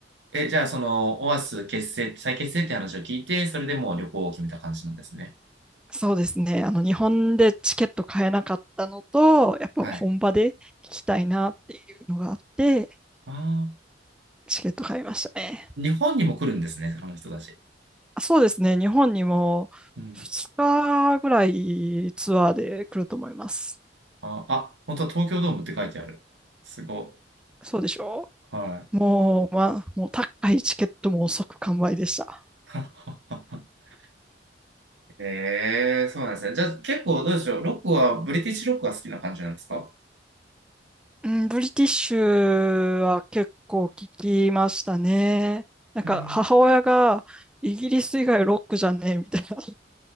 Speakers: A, on the right (about 80°); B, in the centre.
A: え、じゃあ、その、オアシス結成、再結成って話を聞いて、それでもう旅行を決めた感じなんですね。
B: そうですね。あの、日本でチケット買えなかったのと、やっぱ本場で聞きたいなっていうのがあって、
A: はい。ああ、
B: チケット買いましたね。
A: 日本にも来るんですね、あの人たち。
B: そうですね。日本にも2日ぐらいツアーで来ると思います。
A: うん。あ、あ、本当は東京ドームって書いてある。すご
B: そうでしょ
A: い。はい。
B: うもう、まあ、もう高いチケットも即完売でした。
A: <laughs> ええそうなんですね。じゃあ、結構どうでしょう。ロックは、ブリティッシュロックが好きな感じなんですか
B: うん、ブリティッシュは結構聞きましたね。なんか母親がイギリス以外ロックじゃねえみたい
A: うん。